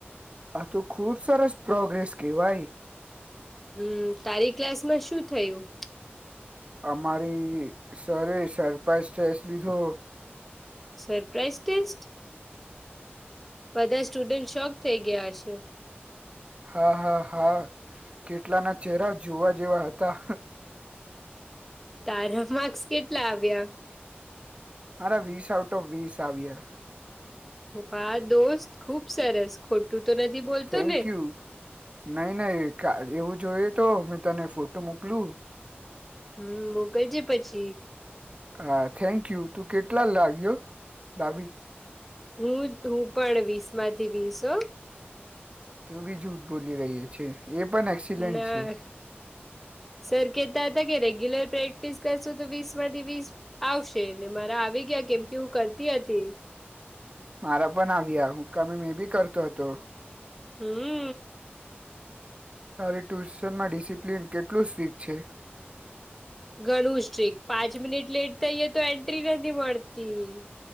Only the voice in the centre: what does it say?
હમ્મ. તારી ક્લાસમાં શું થયું?
Surprise test? બધા સ્ટુડન્ટ શોક થઈ ગયા હશે?
તારા માર્ક્સ કેટલા આવ્યા?
વાહ દોસ્ત! ખુબ સરસ. ખોટું તો નથી બોલતો
ને
હમ્મ. મોકલજે પછી.
હું જ હું પણ વીસ માંથી વીસ હો.
ના.
સર કહેતા હતા કે રેગ્યુલર પ્રેક્ટિસ કરશું તો વીસ માંથી વીસ આવશે, ને મારા આવી ગયા કેમ કે હું કરતી હતી.
હમ્મ.
ઘણું સ્ટ્રીક. પાંચ મિનિટ લેટ થઈએ તો એન્ટ્રી નથી મળતી.